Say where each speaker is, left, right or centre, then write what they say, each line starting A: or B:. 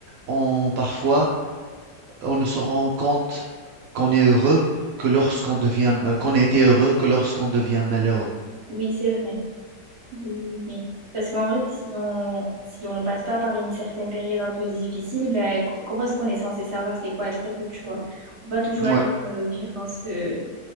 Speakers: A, on the right; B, on the right.
A: on parfois on ne se rend compte qu'on est heureux que lorsqu'on devient, euh, qu'on était heureux que lorsqu'on devient malheureux.
B: Oui, c'est vrai. Oui, oui, oui. Parce qu'en vrai, si on si on passe pas par une certaine période un peu difficile, ben, c- comment est-ce qu'on est censé savoir c'est quoi être heureux, tu vois? On va toujours être
A: Ouais,
B: euh, vivre dans ce